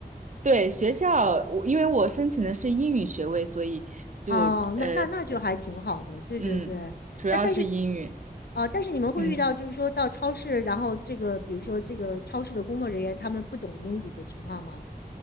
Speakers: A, on the right; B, on the left.
A: 对，学校我因为我申请的是英语学位，所以就呃
B: 哦，那那那就还挺好的，对对对。
A: 嗯，主要是英语，
B: 但但是啊，但是你们会遇到，
A: 嗯。
B: 就是说到超市，然后这个，比如说这个超市的工作人员他们不懂英语的情况吗？